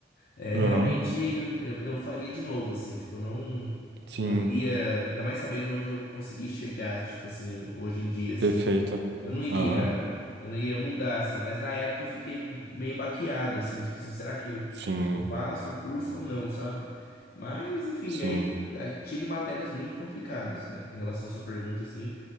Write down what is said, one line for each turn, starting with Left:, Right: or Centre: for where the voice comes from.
Left: é,
Right: Aham,
Left: realmente eu, eu faria de novo, assim, tipo, eu não,
Right: sim,
Left: não iria, ainda mais sabendo onde eu consegui chegar, tipo, assim, hoje em dia, assim,
Right: perfeito.
Left: eu não iria,
Right: Aham.
Left: eu não iria mudar, assim, mas na época eu fiquei meio baqueado, assim, tipo, assim, será que
Right: Sim,
Left: eu faço o curso ou não, sabe? Mas, enfim,
Right: sim.
Left: aí, aí tive matérias muito complicadas, né, em relação à sua pergunta, assim,